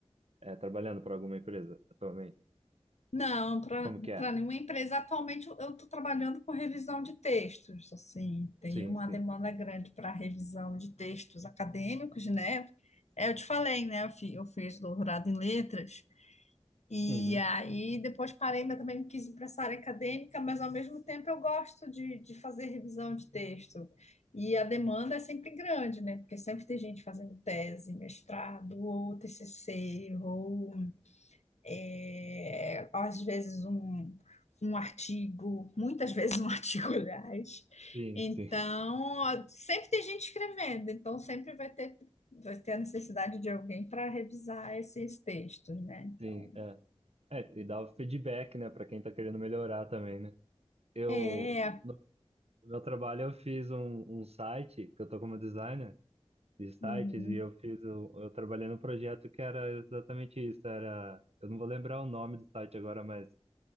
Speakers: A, on the right (about 65°); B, on the left (about 85°).
A: é, trabalhando para alguma empresa atualmente?
B: Não, para
A: Como que
B: para
A: é?
B: nenhuma empresa. Atualmente eu estou trabalhando com revisão de textos, assim, tem
A: Sim,
B: uma
A: sim.
B: demanda grande para revisão de textos acadêmicos, né? É, Eu te falei, né? Eu fi- eu fiz doutorado em letras, e
A: Uhum.
B: aí depois parei, mas também não quis ir para essa área acadêmica, mas ao mesmo tempo eu gosto de, de fazer revisão de texto. E a demanda é sempre grande, né? Porque sempre tem gente fazendo tese, mestrado, ou TCC, ou é, às vezes um, um artigo, muitas vezes um <laughs> artigo, aliás.
A: Sim,
B: Então,
A: sim.
B: ó, sempre tem gente escrevendo, então sempre vai ter, vai ter a necessidade de alguém para revisar esses textos, né? Então,
A: Sim, é. É, e dá o feedback, né, pra quem tá querendo melhorar também, né? Eu,
B: é.
A: no meu trabalho, eu fiz um, um site, que eu tô como designer de sites,
B: uhum,
A: e eu fiz, o- eu trabalhei num projeto que era exatamente isso, era, eu não vou lembrar o nome do site agora, mas